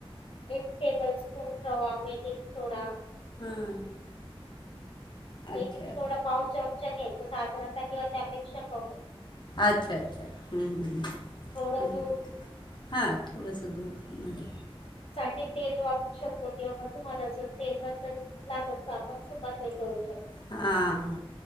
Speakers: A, on the left; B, on the left.
A: एक टेबल स्पून रवा बेकिंग सोडा
B: हां
A: बेकिंग
B: अच्छा
A: सोडा पाव चमचा घ्यायचा साधारणतः किंवा त्या पेक्षा कमी
B: अच्छा अच्छा हम्म हम्म्
A: थोडं
B: म्हणजे
A: दूध
B: हा थोडस दूध म्ह
A: ते तेल वापरू शकतो किंवा मग तुम्हाला जर तेल नसेल लागत तर आपण सुपात ते तळू शकतो <inaudible>
B: हां